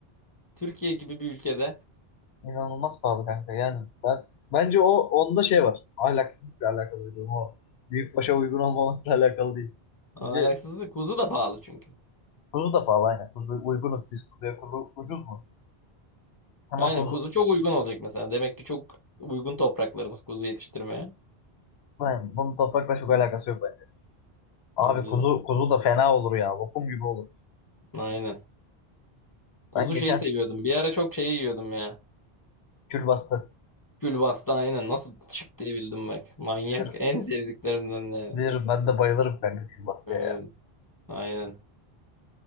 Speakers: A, on the left; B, on the left.
A: Türkiye gibi bir ülkede.
B: İnanılmaz pahalı kanka. Yani ben bence o onda şey var. Ahlaksızlıkla alakalı bir durum o. Büyükbaşa uygun olmamakla alakalı değil.
A: Alaksızlık.
B: Bence
A: Kuzu da pahalı çünkü.
B: kuzu da pahalı aynen. Kuzu uygunuz biz kuzuya. Kuzu ucuz mu? Ama
A: Aynen
B: kuzu
A: kuzu çok uygun olacak mesela. Demek ki çok uygun topraklarımız kuzu yetiştirmeye.
B: yani bunun toprakla çok alakası yok bence.
A: Bence
B: Abi kuzu
A: de.
B: kuzu da fena olur ya. Lokum gibi olur.
A: Aynen. Kuzu
B: Ben geçen
A: şey seviyordum. Bir ara çok şey yiyordum ya.
B: külbastı.
A: Külbasta aynen. Nasıl çık diye bildim bak. Manyak.
B: Bilirim,
A: En sevdiklerimden yani.
B: bilirim ben de bayılırım kanka külbastıya
A: Evet.
B: ya.
A: Aynen.